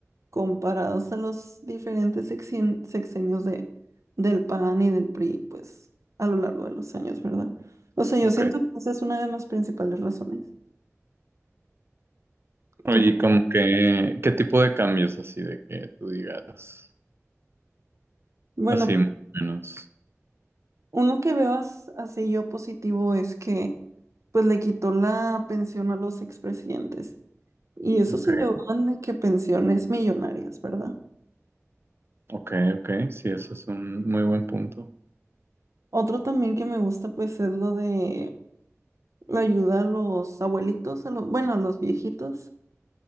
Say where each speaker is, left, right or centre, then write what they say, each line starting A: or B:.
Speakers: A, on the right; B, on the right.
A: comparados a los diferentes sexien- sexenios de, del PAN y del PRI, pues, a lo largo de los años, ¿verdad? O sea, yo
B: ok.
A: siento que esa es una de mis principales razones.
B: Oye,
A: Tú,
B: como que, ¿qué tipo de cambios así de que tú digas?
A: bueno,
B: Así más o menos.
A: uno que veo as- así yo positivo es que, pues, le quitó la pensión a los expresidentes. Y eso
B: Ok,
A: se llevan de que pensiones millonarias, ¿verdad?
B: ok, ok, sí, eso es un muy buen punto.
A: Otro también que me gusta, pues, es lo de la ayuda a los abuelitos, a los, bueno, a los viejitos,